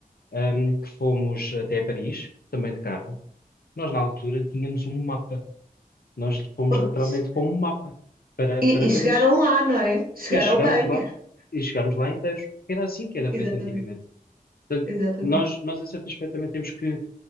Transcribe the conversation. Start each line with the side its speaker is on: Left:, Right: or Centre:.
Left: ahm, que fomos até Paris, também de carro. Nós, na altura, tínhamos um mapa. Nós fomos
Right: pois.
Left: literalmente com um mapa para,
Right: E,
Left: para
Right: e chegaram
Left: Paris.
Right: lá, não é? Chegaram
Left: E chegámos
Right: bem.
Left: lá,
Right: <laughs>
Left: e chegámos lá inteiros, porque era assim que era
Right: Exatamente,
Left: feito antigamente. Portanto,
Right: exatamente.
Left: nós, nós, em certo aspecto, também temos que,